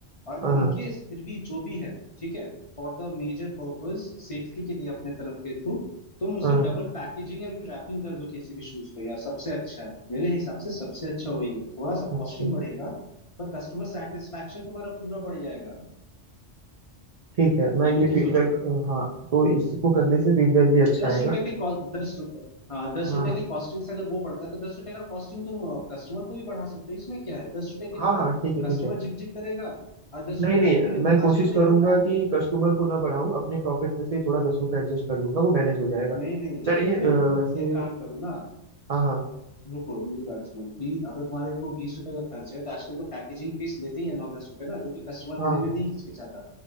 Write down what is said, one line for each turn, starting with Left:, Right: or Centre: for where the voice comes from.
Left: और
Right: हाँ
Left: इन
Right: हाँ
Left: केस फिर भी जो भी है ठीक है for the major purpose safety के लिए अपने तरफ के थ्रू तुम उसे
Right: हाँ,
Left: डबल पैकेजिंग एंड रैपिंग कर दो किसी भी शूज को यार सबसे अच्छा है मेरे हिसाब से सबसे अच्छा वही है थोड़ा सा
Right: अच्छा
Left: कॉस्टिंग बढ़ेगा पर कस्टमर सेटिस्फेक्शन तुम्हारा पूरा बढ़ जाएगा
Right: ठीक है मैं
Left: ये भी
Right: ये
Left: तो
Right: फीडबैक
Left: सोचो
Right: हाँ तो इसको करने से फीडबैक भी अच्छा
Left: दस
Right: आएगा
Left: रुपए के कॉस्ट दस रुपए हाँ दस
Right: हाँ
Left: रुपए
Right: हाँ
Left: के कॉस्टिंग से अगर वो बढ़ता है तो दस रुपए का कॉस्टिंग तुम कस्टमर को भी बढ़ा सकते हो इसमें क्या है दस रुपए के लिए
Right: हाँ
Left: ना
Right: हाँ ठीक है ठीक
Left: कस्टमर
Right: है
Left: झिकझिक करेगा और दस
Right: नहीं
Left: रुपए
Right: नहीं
Left: का तुम भी नहीं
Right: मैं कोशिश
Left: आज तो
Right: करूंगा
Left: देखो
Right: कि कस्टमर को ना बढ़ाऊं अपने प्रॉफिट में से ही थोड़ा दस रुपये एडजस्ट कर लूंगा वो मैनेज हो जाएगा
Left: नहीं नहीं
Right: चलिए
Left: तुम
Right: अ, वैसे
Left: एक काम करो ना
Right: हाँ हाँ
Left: रुको मेरी बात सुनो बी अगर तुम्हारे को बीस रुपए का खर्च है तो आजकल तो पैकेजिंग फीस लेते ही है नौ दस रुपए ना जो कि कस्टमर
Right: हाँ
Left: देने में नहीं हिचकिचाता